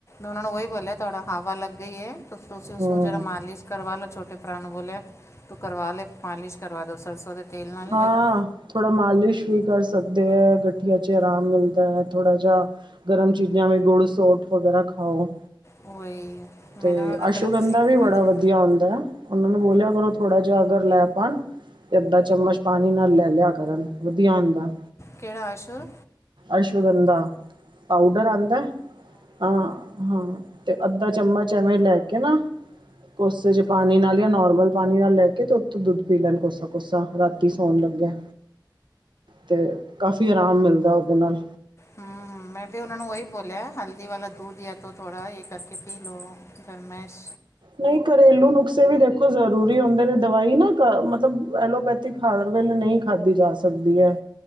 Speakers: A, on the left (about 35°); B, on the right (about 75°).
A: ਉਹਨਾਂ ਨੂੰ ਉਹੀ ਬੋਲਿਆ ਤੁਹਾਡਾ ਹਵਾ ਲੱਗ ਗਈ ਏ ਤੁਸੀਂ ਉਸਨੂੰ
B: ਹਮ
A: ਜਿਹੜਾ ਮਾਲਿਸ਼ ਕਰਵਾ ਲਓ ਛੋਟੇ ਭਰਾ ਨੂੰ ਬੋਲਿਆ। ਤੂੰ ਕਰਵਾ ਲੇ, ਮਾਲਿਸ਼ ਕਰਵਾ ਦੋ ਸਰਸੋ ਦੇ ਤੇਲ ਨਾਲ
B: ਹਾਂ।
A: ਜਰਾ
B: ਥੋੜ੍ਹਾ ਮਾਲਿਸ਼ ਵੀ ਕਰ ਸਕਦੇ ਐ, ਗਠੀਏ ਚ' ਆਰਾਮ ਮਿਲਦਾ ਐ, ਥੋੜ੍ਹਾ ਜਾ। ਗਰਮ ਚੀਜ਼ਾਂ ਵੀ ਗੁੜ੍ਹ, ਸੌਂਫ ਵਗੈਰਾ ਖਾਓ।
A: ਉਹੀ ਮੈਨੂੰ
B: ਤੇ
A: ਉਹਨਾਂ ਦੇ ਪਹਿਲੇ
B: ਅਸ਼ਗੰਧਾ
A: ਤੁਸੀਂ
B: ਵੀ
A: ਹਾਂਜੀ
B: ਬੜਾ ਵਧੀਆ ਹੁੰਦਾ। ਉਹਨਾਂ ਨੂੰ ਬੋਲਿਆ ਕਰੋ ਥੋੜਾ ਜਿਹਾ ਅਗਰ ਲੈ ਪਾਣ, ਤੇ ਅੱਧਾ ਚਮਚ ਪਾਣੀ ਨਾਲ ਲੈ ਲਿਆ ਕਰਨ, ਵਧੀਆ ਹੁੰਦਾ।
A: ਕਿਹੜਾ ਆਸ਼ੁਰ
B: ਅਸ਼ਵਗੰਧਾ, ਪਾਊਡਰ ਆਉਂਦਾ, ਆਂ, ਹਾਂ ਤੇ ਅੱਧਾ ਚਮਚ ਐਵੇਂ ਲੈ ਕੇ ਨਾ, ਕੋਸੇ ਜੇ ਪਾਣੀ ਨਾਲ ਜਾਂ ਨੋਰਮਲ ਪਾਣੀ ਨਾਲ ਲੈ ਕੇ, ਤੇ ਉੱਤੇ ਦੁੱਧ ਪੀ ਲੈਣ ਕੋਸਾ-ਕੋਸਾ ਰਾਤੀ ਸੌਣ ਲੱਗੇ। ਤੇ, ਕਾਫੀ ਆਰਾਮ ਮਿਲਦਾ ਉਹਦੇ ਨਾਲ।
A: ਹੂੰ-ਹੂੰ ਮੈਂ ਵੀ ਉਹਨਾ ਨੂੰ ਉਹੀ ਬੋਲਿਆ ਹਲਦੀ ਵਾਲਾ ਦੁੱਧ ਜਾਂ ਤੋਂ ਥੋੜਾ ਇਹ ਕਰਕੇ ਪੀ ਲੋ। ਗਰਮਾਇਸ਼
B: ਨਈਂ ਘਰੇਲੂ ਨੁਕਸੇ ਇਹ ਵੀ ਦੇਖੋ ਜ਼ਰੂਰੀ ਹੁੰਦੇ, ਨੇ ਦਵਾਈ ਨਾ ਮਤਲਬ ਐਲੋਪੈਥਿਕ ਹਰ ਵੇਲੇ ਨਹੀਂ ਖਾਧੀ ਜਾ ਸ ਸਕਦੀ ਏ।